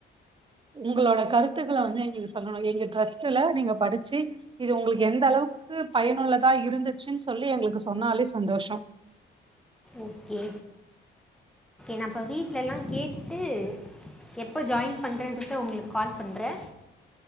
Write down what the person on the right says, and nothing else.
உங்களோட கருத்துக்கள வந்து எங்களுக்கு சொல்லணு எங்க ட்ரெஸ்ட்ல நீங்க படிச்சி இது உங்களுக்கு எந்த அளவுக்கு பயனுள்ளதா இருந்துச்சுன் சொல்லி எங்களுக்கு சொன்னாலே சந்தோஷோ